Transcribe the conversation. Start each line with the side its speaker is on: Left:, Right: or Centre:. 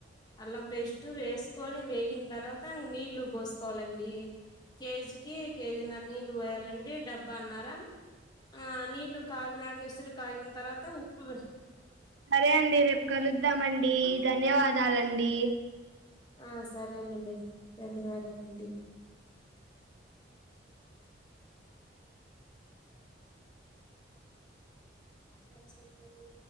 Left: అల్లం పేస్ట్ వేసుకొని వేగిన తర్వాత ఇంగ నీళ్లు పోసుకోవాలండి కేజికి కేజీ నర్ నీళ్లు పోయాలండి డబ్బాన్నర ఆ నీళ్లు కాగినా కాగిన తర్వాత ఉప్పు వేస్
Right: సరే అండి రేపు కలుద్దామండి ధన్యవాదాలండి
Left: ఆ సరేనండి ధన్యవాదాలండి నాకచ్చిరంటండి